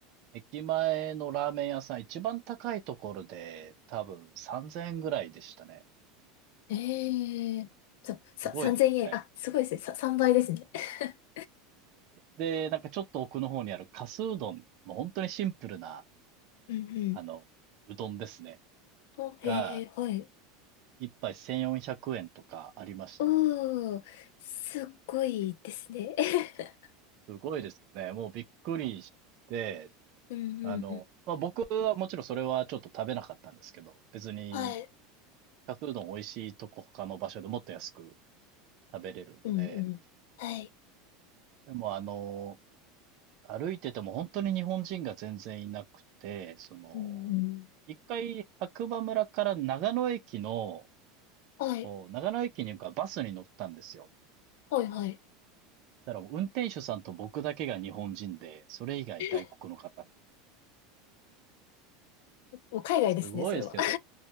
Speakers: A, on the right; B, on the left.
A: 駅前のラーメン屋さん、一番高いところで、多分3000円ぐらいでしたね。
B: ええそうさ、
A: すごいですよね。
B: 3000円。あ、すごいですね。さ、3倍ですね。<laughs>
A: で、なんかちょっと奥の方にあるかすうどん、もう本当にシンプルな、
B: うんうん。
A: あの、うどんですね。
B: お、へえ、
A: が、
B: はい。
A: 一杯1400円とかありましたね。
B: おー、すっごいですね。<laughs>
A: すごいですよね。もうびっくりして、
B: うんうんうん。
A: あの、まあ、僕はもちろんそれはちょっと食べなかったんですけど、別に、
B: はい。
A: かすうどん美味しいとこ他の場所でもっと安く食べれるんで、
B: うんうん。はい。
A: でもあの、歩いてても本当に日本人が全然いなくて、その、
B: うんうん。
A: 一回白馬村から長野駅の、
B: はい。
A: こう、長野駅に行くからバスに乗ったんですよ。
B: はい、はい。
A: だからもう運転手さんと僕だけが日本人で、それ以外外国の方。
B: <laughs> もう海外ですね、
A: すごいですよね。
B: それは。